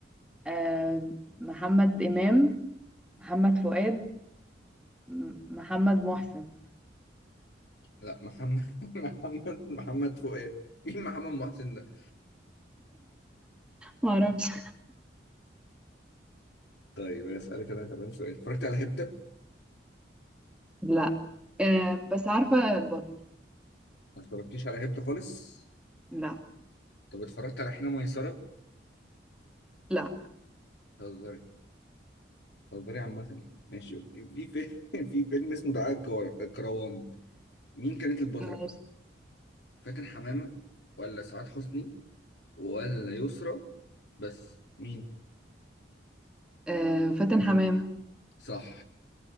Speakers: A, in the centre; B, on the left.
A: آه محمد إمام محمد فؤاد م- محمد محسن
B: لا محمد <laughs> محمد محمد فؤاد مين محمد محسن ده
A: ما اعرفش
B: طيب اسالك انا كمان سؤال اتفرجت على هبتة
A: لا آه بس عارفة البطل
B: ما اتفرجتيش على هبتة خالص
A: لا
B: طب اتفرجت على حين ميسرة
A: لا
B: بتهزري بتهزري عامة يعني ماشي اوكي في في <laughs> في فيلم اسمه دعاء الكوار- الكروان مين كانت البطلة
A: ماشي
B: فاتن حمامة ولا سعاد حسني ولا يسرا بس مين
A: آه فاتن حمامة
B: صح